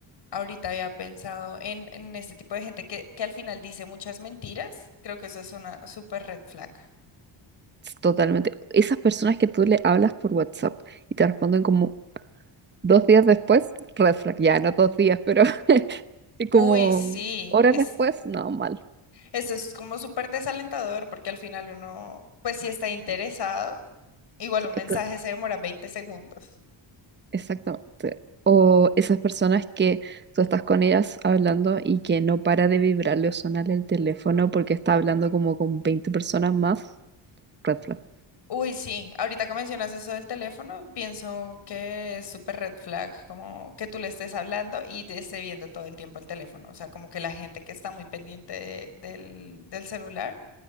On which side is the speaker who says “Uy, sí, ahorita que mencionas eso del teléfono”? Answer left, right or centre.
Left